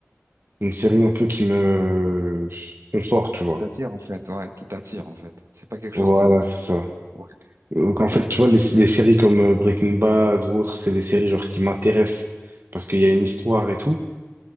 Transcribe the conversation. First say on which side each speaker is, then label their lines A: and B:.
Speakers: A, on the right; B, on the right.
A: une série un peu qui me conforte tu vois
B: qui t'attire, en fait, ouais, qui t'attire, en fait. C'est pas quelque
A: voilà
B: chose de...
A: c'est ça
B: Ouais,
A: donc en fait
B: ouais.
A: tu vois les, les séries comme euh, Breaking Bad ou autres c'est des séries genre qui m'intéressent parce qu'il y a une histoire et tout